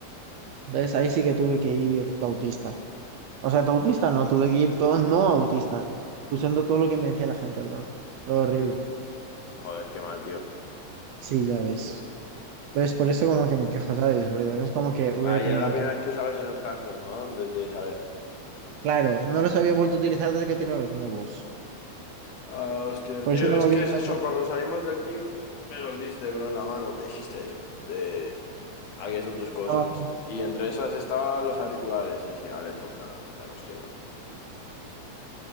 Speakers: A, on the right; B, on the left.
A: Entonces, ahí sí que tuve que ir autista. O sea, autista no, tuve que ir todo no autista, escuchando todo lo que me decía la gente, bro. Todo horrible.
B: Joder, qué mal, tío.
A: Sí, ya ves. Entonces, por eso como que me quejo, ¿sabes? Rollo, No es como que hubiera
B: Ayer
A: tenido
B: era la
A: otro.
B: primera vez que usabas esos cascos, ¿no? Desde esa vez.
A: Claro, no los había vuelto a utilizar desde que tenía los nuevos.
B: Ah, hostia,
A: Por
B: tío,
A: eso no
B: es
A: me había
B: que es
A: dado
B: eso,
A: cuenta.
B: cuando
A: que
B: salimos del gym me los diste, bro, en la mano, me dijiste, eh, aquí están tus cosas.
A: estaba como-
B: Y entre esas estaban los auriculares y dije, vale, pues nada, me los llevo.